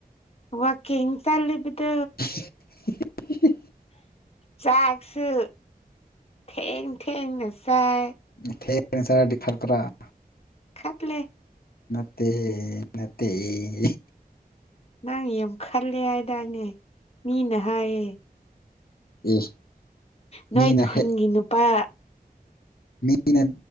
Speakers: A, on the left; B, on the left.
A: ꯋꯥꯛꯀꯤꯡ ꯆꯠꯂꯤꯕꯗꯨ
B: <unintelligible>
A: ꯆꯥꯛꯁꯨ ꯊꯦꯡ ꯊꯦꯡꯅ ꯆꯥꯏ
B: <unintelligible>
A: ꯈꯠꯂꯦ
B: ꯅꯠꯇꯦ ꯍꯦ ꯅꯠꯇꯦ ꯌꯦ
A: ꯅꯪ ꯌꯥꯝ ꯈꯜꯂꯦ ꯍꯥꯏꯗꯥꯅꯦ ꯃꯤꯅ ꯍꯥꯏꯌꯦ
B: <unintelligible>
A: ꯅꯣꯏ
B: ꯃꯤꯅ
A: ꯈꯨꯟꯒꯤ
B: ꯍꯦꯛ
A: ꯅꯨꯄꯥ
B: ꯃꯤꯅ